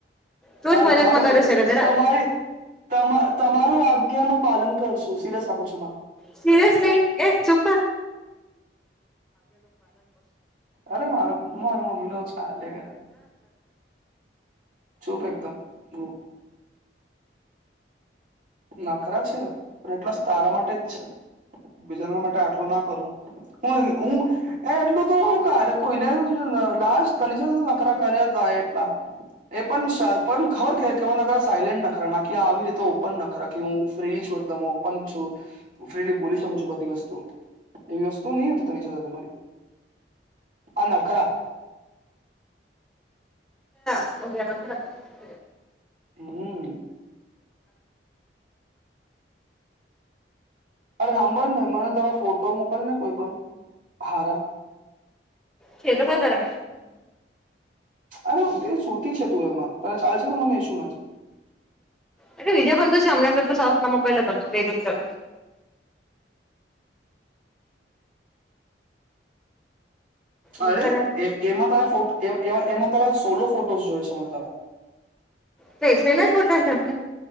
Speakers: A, in the centre; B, on the right.
A: તું
B: હારુંખારું
A: જ મજાકમાં
B: કે
A: કરે છે જરા
B: તમારી તમા તમારું આગ્યાનું પાલન કરશું સિરસખું છું
A: સીરસ એ ચુપ
B: અરે માર મારી મમ્મી ન ચાલે ઘરે <unintelligible> ચૂપ એકદમ હ નખરા છે પણ એટલા તારા માટે જ છે બીજાના માટે આટલું ના કરું. હ હું એ એટલું તો ક કોઈને લ તની સાથે નખરા કર્યા હતા એ પણ ખબર કેવા ન સાયલેન્ટ નખરા નાખ આવી રીતે ઓપન નખ ખરા કે હું ફ્રી છું, એકદમ ઓપન છું, ફ્રીલી બોલી શકું છું, બધી વસ્તુ એવી વસ્તુ નહી હતી તની સાથે તમારી આ ના ખરા
A: અવે
B: હમ અરે સાંભળ ને મને તાર ફોટો મોકલ ને કોઈ પણ હારા
A: છે તો ખરા
B: અરે તે સ સુતી છે તું એમાં તને ચાલે છે તો મને એસું નથી
A: એટલે બીજા પણન તો છે હમણાં કર તો સાઉથનામાં પેલા તમે પ
B: હરે
A: મોકલા
B: એ એમાં ત એમાં તારા સોલો ફોટોસ જોય છે મને તારા
A: તો એટલે ના ખોટા છે